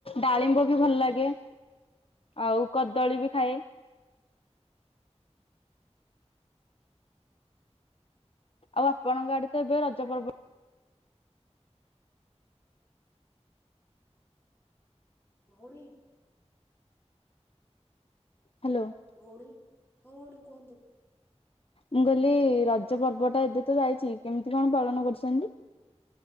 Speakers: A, on the left; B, on the left.
A: ଡାଳିମ୍ବ ବି ଭଲ ଲାଗେ। ଆଉ କଦଳୀ ବି ଖାଏ। ଆଉ ଆପଣଙ୍କ ଆଡେ ତ ଏବେ ରଜ ପର୍ବ
B: ଭଉଣୀ
A: ହ୍ୟାଲୋ।
B: ଭଉଣୀ ହଁ ଭଉଣୀ କୁହନ୍ତୁ।
A: ମୁଁ କହିଲି ରଜ ପର୍ବ ଟା ଏବେ ତ ଯାଇଛି କେମିତି କଣ ପାଳନ କରୁଛନ୍ତି?